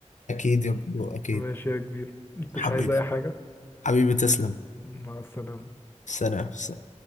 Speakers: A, on the left; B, on the left.
A: اكيد يا برو،
B: <laughs>
A: اكيد
B: ماشي يا كبير انت
A: حبيبي
B: مش عايز اي حاجة
A: حبيبي تسلم
B: مع السلامة
A: سلام